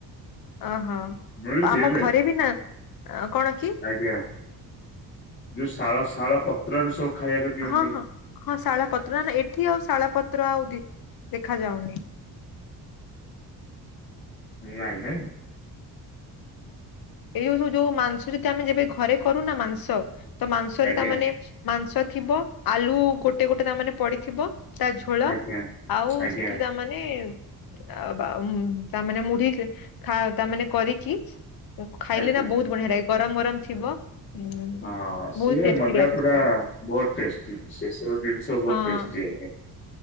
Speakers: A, on the left; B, on the left.
A: ଓହୋ
B: ମିଳୁଛି
A: ଆମ
B: ଏବେ
A: ଘରେ ବି ନା ଆ କଣ କି।
B: ଆଜ୍ଞା ଯୋଉ ଶାଳ ଶାଳ ପତ୍ରରେ ସବୁ ଖାଇବାକୁ ଦିଅନ୍ତି।
A: ହଁ ହଁ ହଁ ଶାଳ ପତ୍ର ନା ଏଠି ଆଉ ଶାଳପତ୍ର ଆଉ ଦି ଦେଖାଯାଉନି।
B: ନାଇଁ ନାଇଁ।
A: ଏଇ ଯୋଉ ସବୁ ଯୋଉ ମାଂସ ଯଦି ଆମେ ଯେବେ ଘରେ କରୁନା ମାଂସ ତ ମାଂସରେ
B: ଆଜ୍ଞା
A: ତାମାନେ। ମାଂସ ଥିବ ଆଲୁ ଗୋଟେ ଗୋଟେ ତା ମାନେ ପଡିଥିବ। ତା ଝୋଳ
B: ଆଜ୍ଞା
A: ଆଉ
B: ଆଜ୍ଞା
A: ସେଥିରେ ତାମାନେ। ଆ ବା ଉଁ ତାମାନେ ମୁଢି ସେ ଖା ତାମାନେ କରିକି। ଉଁ ଖାଇଲେ
B: ଆଜ୍ଞା।
A: ନା ବହୁତ ବଢିଆ ଲାଗେ ଗରମ ଗରମ ଥିବ। ହୁଁ
B: ହଁ ସେ
A: ବହୁତ ଟେଷ୍ଟି
B: ମଜା
A: ଲାଗେ
B: ପୁରା
A: ସେଟା
B: ବହୁତ ଟେଷ୍ଟି ସେ ସବୁ ଜିନିଷ ବହୁତ
A: ହଁ
B: ଟେଷ୍ଟି ଆଜ୍ଞା।